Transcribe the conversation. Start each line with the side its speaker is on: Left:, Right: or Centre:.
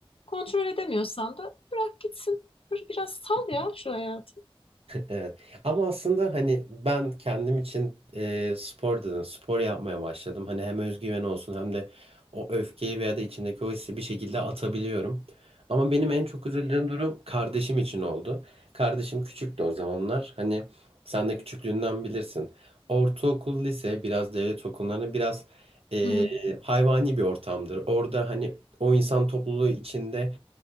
Left: Kontrol edemiyorsan da bırak gitsin. Bir- Biraz sal ya şu hayatı.
Right: Evet. Ama aslında hani ben kendim için e, spor dedim. Spor yapmaya başladım. Hani hem özgüven olsun hem de o öfkeyi veya da içindeki o hissi bir şekilde atabiliyorum. Ama benim en çok üzüldüğüm durum kardeşim için oldu. Kardeşim küçüktü o zamanlar. Hani sen de küçüklüğünden bilirsin. Ortaokul, lise biraz devlet okullarının biraz e,
Left: Hı hı.
Right: hayvani bir ortamdır. Orada hani o insan topluluğu içinde